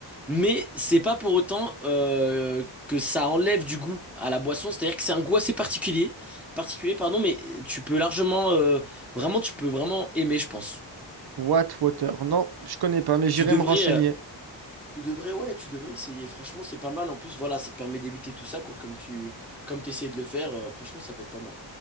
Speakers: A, in the centre; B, on the right (about 55°).
A: mais c'est pas pour autant euh, que ça enlève du goût à la boisson. C'est-à-dire que c'est un goût assez particulier, particulier, pardon, mais tu peux largement, euh, vraiment, tu peux vraiment aimer, je pense.
B: What Water? Non, je connais pas, mais
A: Tu
B: j'irai
A: devrais,
B: me renseigner.
A: euh, tu devrais, ouais, tu devrais essayer. Franchement, c'est pas mal. En plus, voilà, ça te permet d'éviter tout ça, quoi. Comme tu, comme t'essayes de le faire, euh, franchement, ça peut être pas mal.